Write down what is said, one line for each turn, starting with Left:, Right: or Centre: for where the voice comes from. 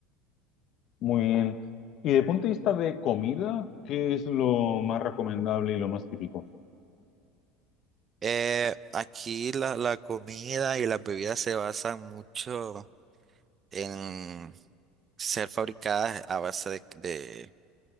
Left: muy bien. Y de punto de vista de comida, ¿qué es lo más recomendable y lo más típico?
Right: Eh, aquí la, la comida y las bebidas se basan mucho en ser fabricadas a base de, de,